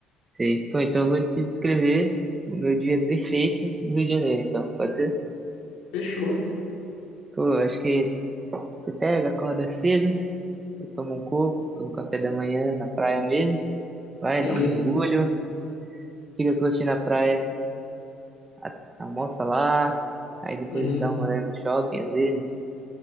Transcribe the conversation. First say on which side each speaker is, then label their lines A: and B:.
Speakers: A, on the right; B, on the left.
A: sei. Pô, então eu vou te descrever o meu dia perfeito no Rio de Janeiro, então, pode ser?
B: Fechou.
A: Pô, eu acho que você pega, acorda cedo, eu tomo um coco, tomo café da manhã na praia mesmo, vai,
B: Uhum,
A: dá um mergulho, fica curtindo a praia, a- almoça lá, aí depois
B: uhum,
A: dá um rolê no shopping, às vezes,